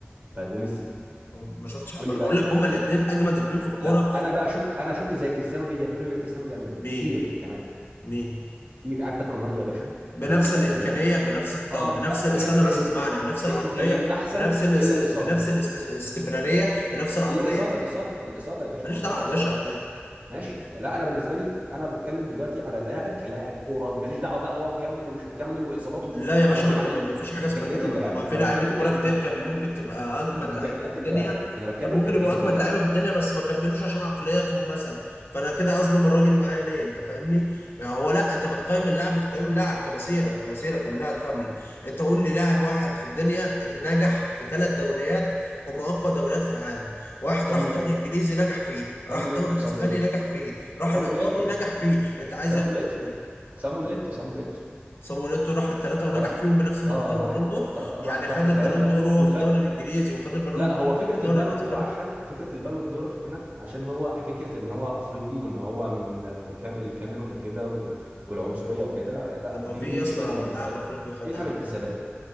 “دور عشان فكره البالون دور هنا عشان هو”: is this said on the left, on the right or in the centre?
Right